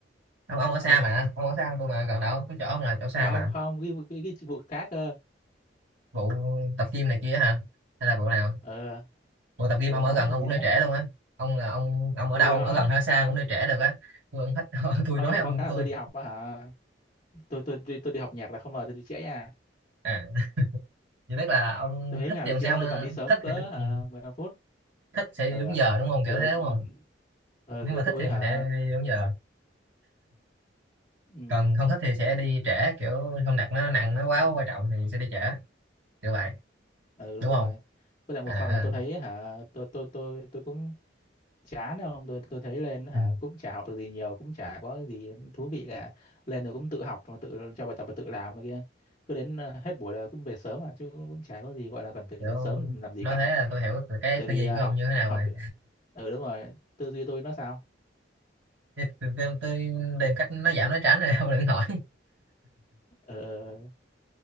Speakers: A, on the right (about 80°); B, on the left (about 35°).
A: ông ông ở xa
B: ừ.
A: mà ông ở xa hơn tôi mà gần đâu tôi chỗ ông là chỗ xa
B: không
A: mà
B: không cái cái cái vụ khác cơ
A: vụ tập gym này kia hả hay là vụ nào
B: ừ.
A: Ủa tập gym
B: ừ
A: ông
B: nói
A: ở gần
B: cái
A: ông
B: gì
A: cũng
B: đó
A: đi trễ luôn á ông là ông ông ở
B: ừ,
A: đâu
B: thì đó
A: ông ở gần hay xa cũng đi trễ được á tôi ông thích <laughs> tôi
B: không
A: nói
B: nhưng mà
A: ông
B: có cái là
A: tôi
B: tôi đi học á hả tôi tôi đi tôi đi học nhạc là không ngờ tôi đi trễ nha
A: à chỉ biết là ông
B: tôi thấy
A: thích
B: nào
A: thì
B: đi
A: ông sẽ
B: trễ
A: không
B: tôi toàn đi sớm
A: thích
B: cỡ
A: thì đúng,
B: hả
A: ừ,
B: 15 phút
A: thích sẽ
B: ừ
A: đi đúng
B: à.
A: giờ đúng không kiểu
B: kiểu
A: thế đúng
B: ừ,
A: không
B: ừ,
A: nếu
B: kiểu
A: mà
B: tôi
A: thích
B: với
A: thì
B: hả
A: mình sẽ đi đúng giờ
B: ừ.
A: còn không thích thì sẽ đi trễ kiểu không đặt nó nặng nó quá quan trọng thì sẽ đi trễ kiểu vậy
B: ừ đúng
A: đúng
B: rồi
A: không
B: với lại một
A: à
B: phần là tôi thấy hả tôi tôi tôi tôi cũng chán không tôi tôi thấy lên hả
A: ừ,
B: cũng chả học được gì nhiều cũng chả có gì thú vị cả lên rồi cũng tự học rồi tự cho bài tập và tự làm này kia cứ đến ờ, hết buổi là cũng về sớm mà chứ cũng, cũng chả có gì gọi là cần phải
A: kiểu
B: lên sớm làm, làm gì
A: nói
B: cả
A: thế là tôi hiểu là cái
B: tại
A: tư
B: vì
A: duy
B: ờ,
A: của
B: học
A: ông như thế nào
B: học
A: rồi
B: ừ đúng rồi tư duy tôi nó sao
A: tôi, tôi, tôi tìm cách nó giảm nói tránh rồi <laughs> ông đừng hỏi
B: ờ ờ,